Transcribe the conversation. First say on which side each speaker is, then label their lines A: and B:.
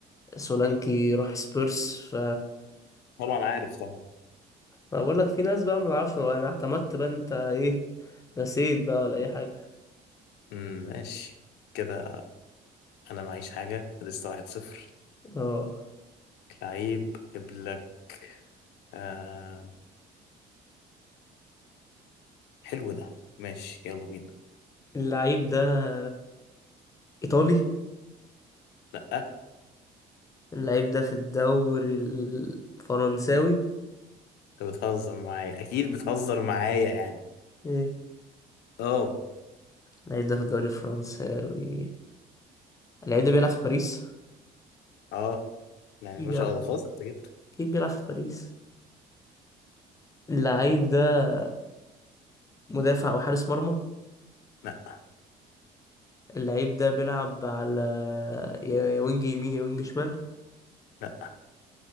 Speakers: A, on the left; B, on the left.
A: سولانكي راح سبيرس ف
B: طبعا عارف طبعا
A: ما بقول لك في ناس بقى ما تعرفش انا اعتمدت بقى إن انت ايه نسيت بقى ولا اي حاجه
B: امم ماشي كده انا معيش حاجه لسه واحد صفر
A: اه
B: لعيب اجيب لك آه... حلو ده ماشي يلا بينا
A: اللعيب ده ايطالي
B: لا
A: اللعيب ده في الدوري الفرنساوي
B: انت بتهزر معايا اكيد بتهزر معايا يعني
A: ايه
B: اه
A: اللعيب ده في الدوري الفرنساوي اللعيب ده بيلعب في باريس
B: اه يعني
A: اكيد
B: ما
A: بيلعب
B: شاء
A: في-
B: الله خلاص انت جبته
A: اكيد بيلعب في باريس اللعيب ده مدافع او حارس مرمى
B: لا
A: اللعيب ده بيلعب على يا يا وينج يمين يا وينج شمال
B: لا